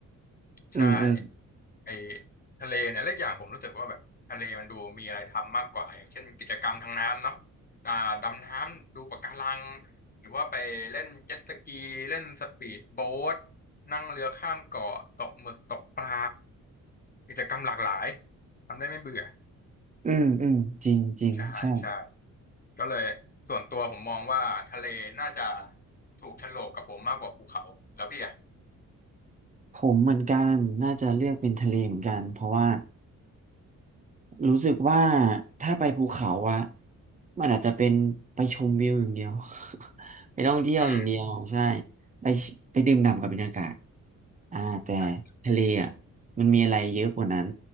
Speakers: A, on the right; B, on the left.
A: อืมอืม
B: ใช่ ไอ้ทะเลเนี่ยและอกอย่างผมรู้สึกว่าแบบทะเลมันดูมีอะไรทำมากกว่าอย่างเช่นกิจกรรมทางน้ำเนาะอ่าดำน้ำดูปะการังหรือว่าไปเล่นเจ็ตสกีเล่นสปีดโบ๊ทนั่งเรือข้ามเกาะตกหมึกตกปลากิจกรรมหลากหลายทำได้ไม่เบื่อ
A: อืมอืมจริงจริงใช่
B: ใช่ใช่ก็เลยส่วนตัวผมมองว่าทะเลน่าจะถูกโฉลกกับผมมากกว่าภูเขาแล้วพี่อ่ะ
A: ผมเหมือนกันน่าจะเลือกเป็นทะเลเหมือนกันเพราะว่า รู้สึกว่าถ้าไปภูเขาอะมันอาจจะเป็นไปชมวิวอย่างเดียว <laughs> ไปท่องเที่ยวอย่างเดียวใช่
B: อืม
A: ไปไปดื่มด่ำกับบรรยากาศอ่าแต่
B: ใช่ใช่
A: ทะเลอะมันมีอะไรเยอะกว่านั้น